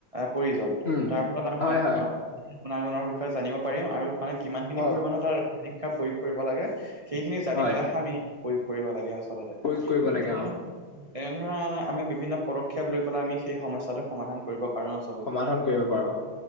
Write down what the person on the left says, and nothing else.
উম
হয়
হয়
অ
হয়
প্ৰয়োগ কৰিব লাগে
অ
সমাধান কৰিব পাৰো।